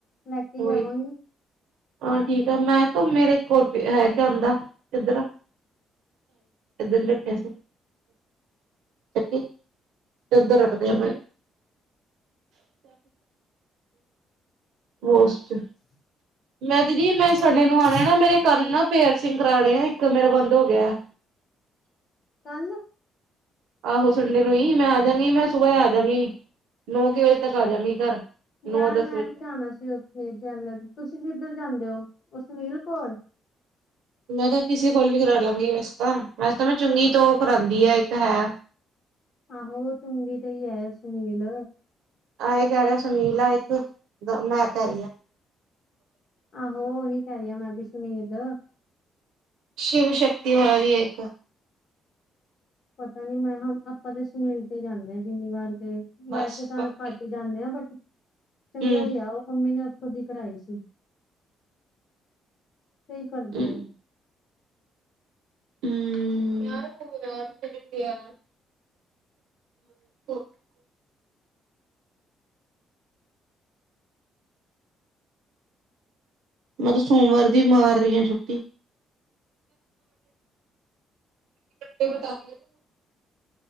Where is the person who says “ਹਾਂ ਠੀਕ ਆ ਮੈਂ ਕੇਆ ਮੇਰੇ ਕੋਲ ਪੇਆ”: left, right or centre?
Right